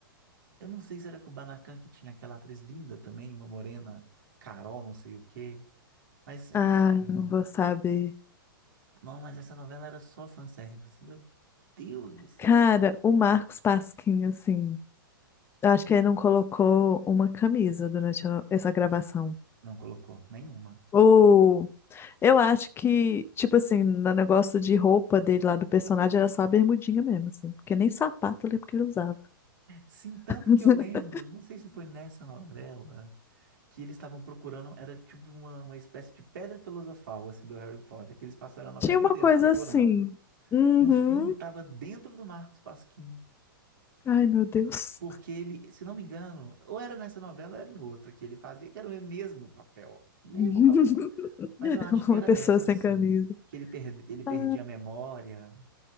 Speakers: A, on the right (about 65°); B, on the left (about 20°).
A: eu não sei se era com o Kubanacan que tinha aquela atriz linda também, uma morena, Carol, não sei o quê. Mas enfim.
B: Ah, não vou saber.
A: Não, mas essa novela era só fanservice. Meu Deus do céu.
B: Cara, o Marcos Pasquim, assim, eu acho que ele não colocou uma camisa durante a- essa gravação.
A: Não colocou nenhuma.
B: Ou eu acho que, tipo assim, no negócio de roupa dele lá do personagem era só a bermudinha mesmo, assim, porque nem sapato eu lembro que ele usava.
A: Sim, tanto
B: <laughs>
A: que eu lembro, não sei se foi nessa novela, que eles estavam procurando, era tipo uma, uma espécie de pedra filosofal, assim, do Harry Potter, que eles passaram a novela
B: Tinha uma
A: inteira
B: coisa
A: procurando.
B: assim. Uhum.
A: No fim, estava dentro do Marcos Pasquim,
B: Ai, meu Deus.
A: porque ele, se não me engano, ou era nessa novela ou era em outra que ele fazia, que era o mesmo papel, mesmo
B: <laughs>
A: papel. Mas eu acho que
B: Uma
A: era
B: pessoa
A: essa,
B: sem
A: assim,
B: camisa.
A: que ele, perde, ele perdia
B: Ai,
A: a memória,